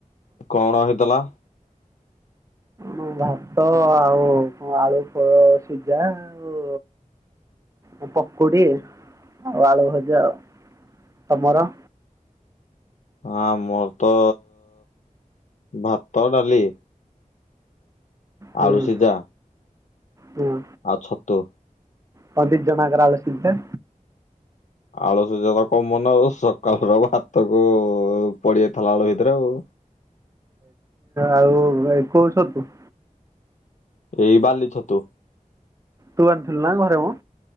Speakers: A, on the left; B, on the right.
A: କଣ ହେଇଥିଲା?
B: ମୁଁ ଭାତ ଆଉ ଆଳୁ ସ ସିଝା ଆଉ ଏ ପକୁଡ଼ି ଆଉ ଆଳୁ ଭଜା ଆ ତମର?
A: ହଁ ମୋର ତ ଭାତ ଡାଲି।
B: ହୁଁ
A: ଆଳୁ ସିଝା
B: ହୁଁ।
A: ଆଉ ଛତୁ।
B: କଣ ଦୀ ଜଣ ଯାକର ଆଳୁ ସିଝା?
A: ଆଲୁ ସିଝା ତ କମନ୍ ଆଉ ସକାଳ ର ଭାତ କୁ ପଡ଼ିଯାଇଥିଲା ଆଳୁ ଭିତରେ ଆଉ।
B: ଆଉ କୋଉ ଛତୁ?
A: ଏଇ ବାଲି ଛତୁ।
B: ତୁ ଅଣିଥିଲୁ ନା ଘରେ ମ?